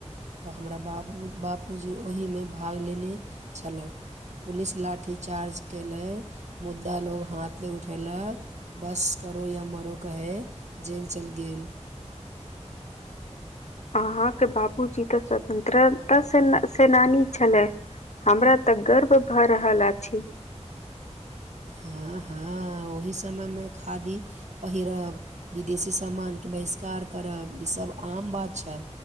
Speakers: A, on the right (about 70°); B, on the left (about 70°).
A: तऽ हमरा बाबू बाबूजी ओहीमे भाग लेने छलै पुलिस लाठीचार्ज केलै मुद्दा लोग हाथ नहि उठेलक बस करो या मरो कहे जेल चलि गेल
B: अहाँके बाबूजी तऽ स्वतन्त्रता सेनानी छलै हमरा तऽ गर्व भए रहल अछि
A: हँ हँ ओहि समय में खादी पहिरब विदेशी सामान बहिष्कार करब त आम बात छै